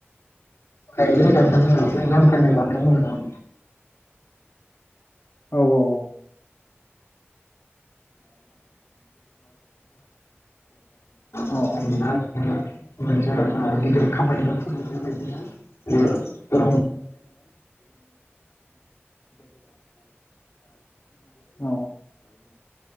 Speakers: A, on the left; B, on the left.
A: मायग्लि गायखांना <unintelligible> <unintelligible>
B: औ औ औ। औ
A: <inaudible> मोनसे <unintelligible> गिदिर खामानि <unintelligible> जे ओ।
B: औ